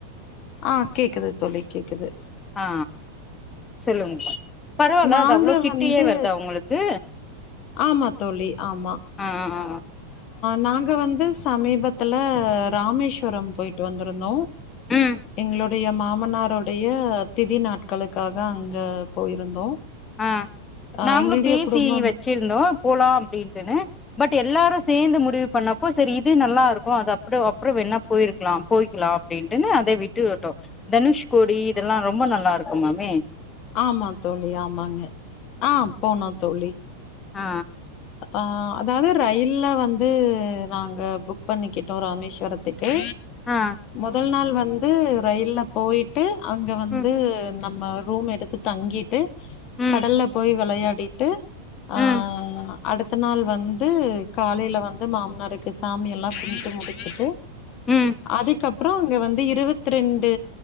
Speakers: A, on the left; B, on the left.
A: ஆ கேக்குது தோழி கேக்குது
B: ஆ சொல்லுங்கப்பா பரவாயில்ல
A: நாங்க
B: அது அவ்ளோ கிட்டெயே
A: வந்து
B: வருதா உங்களுக்கு
A: ஆமா தோழி ஆமா
B: ஆ ஆ
A: நாங்க வந்து சமீபத்துல ராமேஸ்வரொ போயிட்டு வந்துருந்தோ
B: ம்
A: எங்களோ டைய மாமனாரோடைய திதி நாட்களுக்காக அங்க போயிருந்தோ
B: ஆ
A: ஆ
B: நாங்களு
A: எங்களுடைய
B: பேசி
A: குடும்பம்
B: வெச்சிருந்தோ போலா அப்டின்ட்டுன்னு பட் எல்லாரு சேர்ந்து முடிவு பண்ணப்போ செரி இது நல்லா இருக்கு அது அப்றொ அப்றோ வேனா போயிருக்குலா போயிக்குலா அப்டின்டுன்னு அத விட்டு விட்டோ தனுஷ்கோடி இதெல்லா ரொம்ப நல்லா இருக்கும்மாமே
A: ஆமா தோழி ஆமாங்க ஆ போனோ தோழி
B: ஆ
A: ஆ அதாது ரயில்ல வந்து நாங்க புக் பண்ணிக்கிட்டோ ராமேஸ்வரத் துக்கு
B: ஆ
A: முதல் நாள் வந்து ரயில்ல போய்ட்டு அங்க வந்து
B: ம்
A: நம்ம ரூம் எடுத்து தங்கிட்டு
B: ம்
A: கடல்ல போய் விளையாடி ட்டு ஆ
B: ம்
A: அடுத்த நாள் வந்து காலைல வந்து மாமனருக்கு சாமி எல்லா கும்புட்டு முடிச்சுட்டு
B: ம்
A: அதுக்கப்றோ அங்க வந்து இருவத்தி ரெண்டு